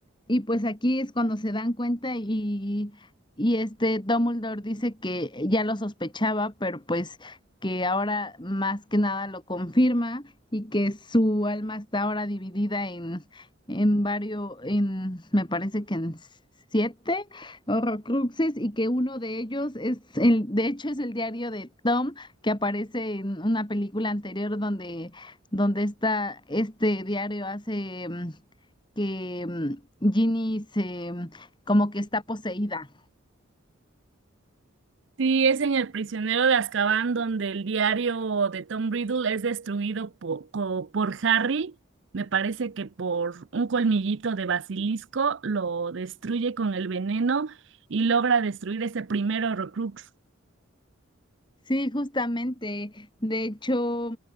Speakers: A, on the left (about 20°); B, on the right (about 60°).
A: y pues aquí es cuando se dan cuenta y, y este Dumbledore dice que ya lo sospechaba, pero pues que ahora más que nada lo confirma y que su alma está ahora dividida en, en varios, en, me parece que en siete Horrocruxes y que uno de ellos es el, de hecho es el diario de Tom que aparece en una película anterior donde donde está este diario hace mm, que mm, Ginny se mm, como que está poseída.
B: Sí, es en El prisionero de Azkaban donde el diario de Tom Riddle es destruido po- co- por, Harry. Me parece que por un colmillito de basilisco lo destruye con el veneno y logra destruir ese primer Horrocrux.
A: Sí, justamente. De hecho,